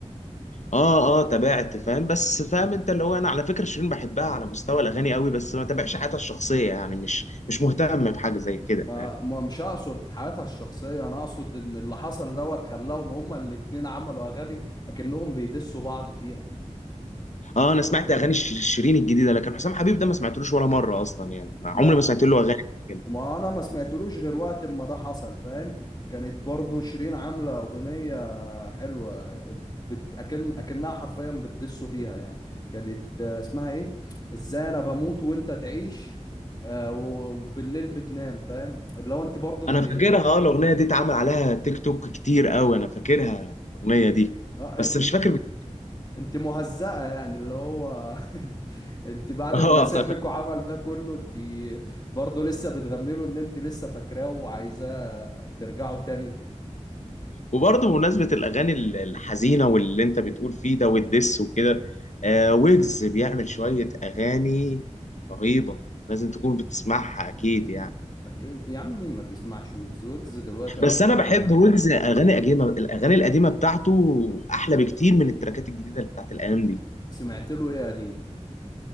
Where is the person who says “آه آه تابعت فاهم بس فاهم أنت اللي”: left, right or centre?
Left